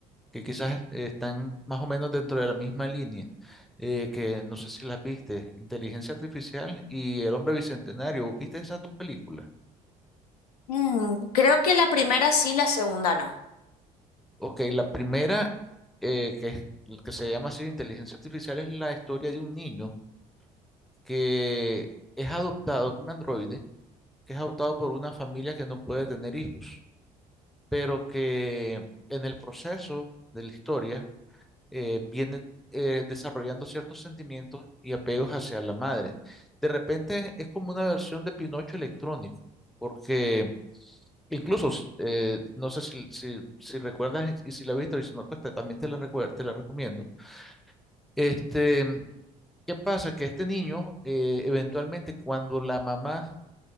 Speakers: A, in the centre; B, on the left.
A: que quizás eh, están más o menos dentro de la misma línea, eh, que no sé si las viste, Inteligencia Artificial y El Hombre Bicentenario. ¿Viste esas dos películas?
B: Mm, creo que la primera sí, la segunda no.
A: Ok, la primera, eh, que, es- que se llama así Inteligencia Artificial, es la historia de un niño que es adoptado, un androide, que es adoptado por una familia que no puede tener hijos, pero que en el proceso... de la historia, eh, viene eh, desarrollando ciertos sentimientos y apegos hacia la madre. De repente es como una versión de Pinocho electrónico, porque incluso, eh, no sé si, si, si recuerdas y si la has visto, y si no, pues te- también te la, recuer- te la recomiendo. Este, ¿qué pasa? Que este niño, eh, eventualmente, cuando la mamá